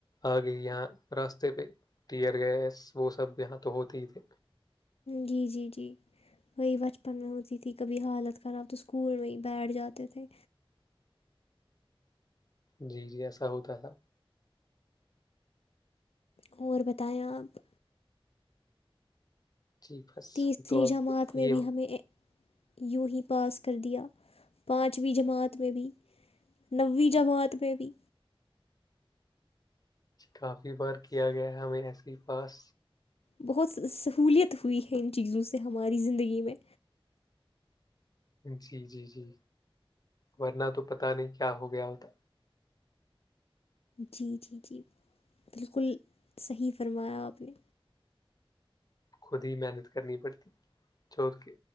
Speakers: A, on the left; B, on the left.
A: آ گئی یہاں راستے پہ ٹیر گیس وہ سب یہاں تو ہوتے ہی تھے
B: جی جی جی وہی بچپن میں ہوتی تھی کبھی حالت خراب تو اسکول میں ہی بیٹھ جاتے تھے
A: جی جی ایسا ہوتا تھا
B: اور بتائیں آپ
A: جی بس
B: تیسری
A: ہم تو اب
B: جماعت میں
A: یہ
B: بھی ہمیں یوں ہی پاس کر دیا پانچویں جماعت میں بھی نویں جماعت میں بھی
A: کافی بار کیا گیا ہے ہمیں ایسے ہی پاس
B: بہت سہولیت ہوئی ہے ان چیزوں سے ہماری زندگی میں
A: جی جی جی ورنہ تو پتا نہیں کیا ہو گیا ہوتا
B: جی جی جی بالکل صحیح فرمایا آپ نے
A: خود ہی محنت کرنی پڑتی چو کے